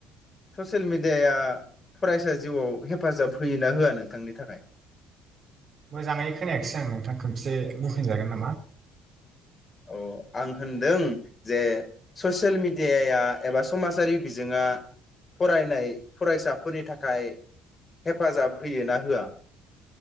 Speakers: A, on the left; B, on the right.
A: ससियेल मेडियाया फरायसा जिउआव हेफाजाब होयो ना होआ नोंथांनि थाखाय
B: मोजाङै खोनायाखिसै <unintelligible> नोंथां खोनसे बुफिन जागोन नामा?
A: अ आं होनदों जे ससियेल मेडियाया एबा समाजारि बिजोङा फरायनाय फरायसाफोरनि थाखाय हेफाजाब होयो ना होआ?